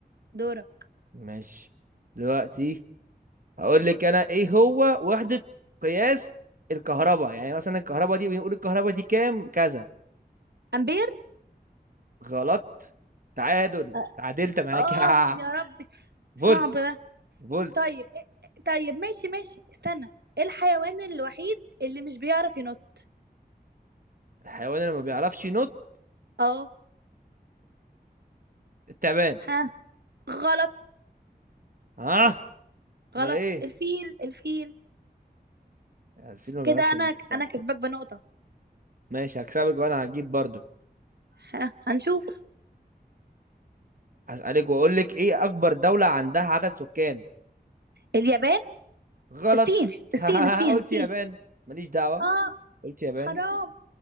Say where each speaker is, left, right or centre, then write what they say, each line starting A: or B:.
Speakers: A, on the right; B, on the right.
A: دورك
B: ماشي دلوقتي هقول لك انا ايه هو وحدة قياس الكهرباء يعني مثلا الكهرباء دي بنقول الكهرباء دي كام كذا
A: أمبير
B: غلط تعادل
A: آه
B: تعادلت معاك
A: آه،
B: <laughs>
A: يا ربي
B: فولت
A: صعب ده
B: فولت
A: طيب إيه- طيب ماشي ماشي استنى إيه الحيوان الوحيد اللي مش بيعرف ينط
B: الحيوان اللي ما بيعرفش ينط
A: اه
B: التعبان
A: ها غلط
B: ها
A: غلط
B: امال ايه
A: الفيل الفيل
B: الفيل ما بيعرفش
A: كده
B: ينط
A: انا
B: صح
A: انا كسبك بنقطة
B: ماشي هكسبك وانا هجيب برضو
A: ه- هنشوف
B: هسألك واقول لك ايه اكبر دولة عندها عدد سكان
A: اليابان
B: غلط
A: الصين
B: <laughs>
A: الصين الصين
B: قلت
A: الصين
B: يابان ماليش دعوة
A: اه
B: قلت يابان
A: حرام